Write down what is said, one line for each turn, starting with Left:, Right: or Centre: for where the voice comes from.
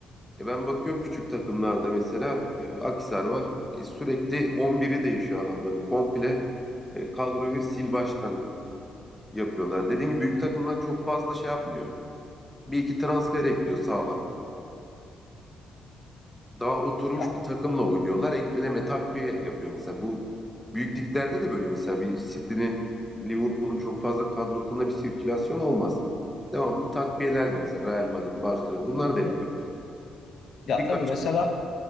Centre: E ben bakıyorum küçük takımlarda mesela e, Akhisar var. E, sürekli 11'i değişiyor adamların. Komple e, kadroyu sil baştan yapıyorlar. Dediğim gibi büyük takımlar çok fazla şey yapmıyor. Bir iki transfer ekliyor sağlam. Daha oturmuş
Left: Ya,
Centre: bir takımla oynuyorlar. Ekleme takviye yapıyor mesela. Bu büyük liglerde de böyle mesela bir City'nin Liverpool'un çok fazla kadrosunda bir sirkülasyon olmaz. Devamlı takviyelerle mesela Real Madrid, Barcelona bunlar
Left: hı hı.
Centre: da hep böyle. Birkaç
Left: ya tabii mesela